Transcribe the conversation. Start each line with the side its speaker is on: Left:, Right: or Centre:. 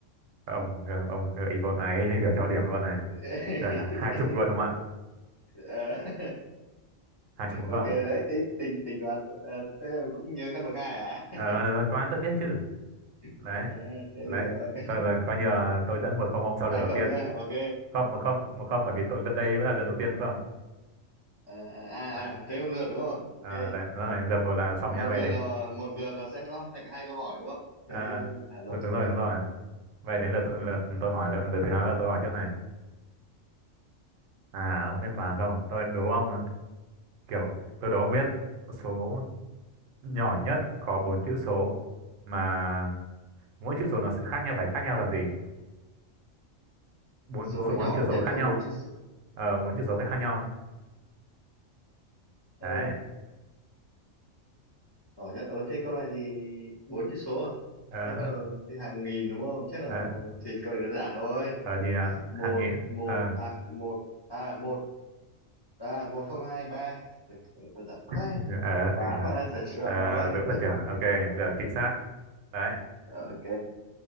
Right: ông ông gợi ý con này như kiểu cho điểm luôn này
Left: <laughs>
Right: Trời, hai chục luôn đúng không ạ
Left: Ờ, <laughs>
Right: hai chục đúng
Left: ok
Right: không
Left: đấy, tính tính tính toán ờ, thế là cũng nhớ căn bậc hai à?
Right: ờ
Left: <laughs>
Right: được rồi, toán tôi biết chứ đấy
Left: Ờ, thế
Right: đấy
Left: được rồi.
Right: thôi rồi coi như là tôi dẫn một không ông sau lượt
Left: Hai
Right: đầu
Left: không
Right: tiên
Left: nhá. Ok.
Right: không một không một không bởi vì tôi lượt đây vẫn là lượt đầu tiên đúng không
Left: À, à,
Right: Đã-
Left: à, à, thế một lượt đúng không? Ok.
Right: à, đấy đúng rồi lượt một là xong
Left: một
Right: nhá về
Left: lượt
Right: đến
Left: là một lượt là sẽ có thành hai câu hỏi đúng không kiểu
Right: à,
Left: như
Right: à,
Left: à rồi
Right: đúng đúng
Left: ok
Right: rồi đúng rồi
Left: hiểu
Right: Vậy đến lượt, tôi- lượt tôi hỏi, lượt, lượt thứ hai là tôi hỏi trước này. À, ông biết mà không? Tôi đố ông, ạ. kiểu, tôi đố ông biết số nhỏ nhất có bốn chữ số mà mỗi chữ số nó sẽ khác nhau, phải khác nhau là gì? Bốn,
Left: số
Right: số bốn
Left: nhỏ
Right: chữ số
Left: nhất
Right: khác
Left: có
Right: nhau.
Left: bốn chữ số
Right: Ờ, bốn chữ số phải khác nhau.
Left: ờ,
Right: Đấy.
Left: nhỏ nhất ờ thế câu này thì bốn chữ số à
Right: Ờ,
Left: thì bắt đầu thì hàng nghìn đúng không chắc
Right: ờ,
Left: là một, thì câu này đơn giản thôi
Right: ờ, thì à,
Left: một
Right: hàng nghìn,
Left: một
Right: ờ,
Left: à một à một à một không hai ba Tưởng câu này đơn giản quá
Right: <laughs> ờ,
Left: toán mà phải chịu
Right: ờ,
Left: được rồi
Right: đúng rồi trưởng. Ok, được, chính xác. Đấy,
Left: ok